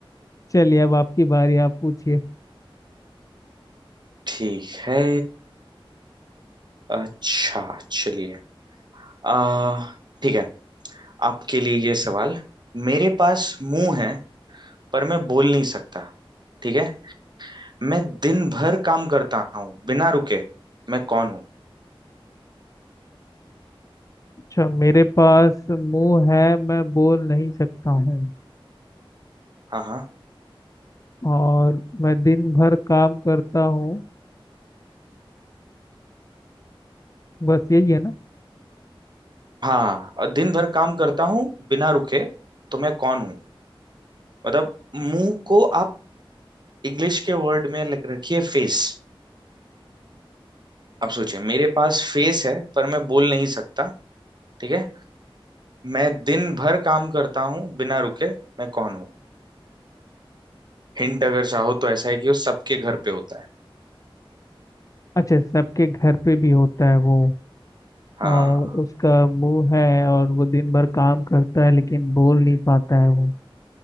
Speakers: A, on the left; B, on the right.
A: चलिए अब आपकी बारी आप पूछिए
B: ठीक है अच्छा चलिए आ ठीक है आपके लिए ये सवाल मेरे पास मुंह है पर मैं बोल नहीं सकता ठीक है मैं दिन भर काम करता हूँ बिना रुके मैं कौन हूँ
A: अच्छा मेरे पास मुंह है मैं बोल नहीं सकता हूँ
B: हाँ हाँ
A: और मैं दिन भर काम करता हूँ बस यही है ना
B: हाँ और दिन भर काम करता हूँ बिना रुके तो मैं कौन हूँ मतलब मुंह को आप इंग्लिश के वर्ड में लग रखिए फेस आप सोचिए मेरे पास फेस है पर मैं बोल नहीं सकता ठीक है मैं दिन भर काम करता हूँ बिना रुके मैं कौन हूँ हिंट अगर चाहो तो ऐसा है कि वो सबके घर पे होता है
A: अच्छा सबके घर पे भी होता है वो
B: हाँ
A: और उसका मुंह है और वो दिन भर काम करता है लेकिन बोल नहीं पाता है वो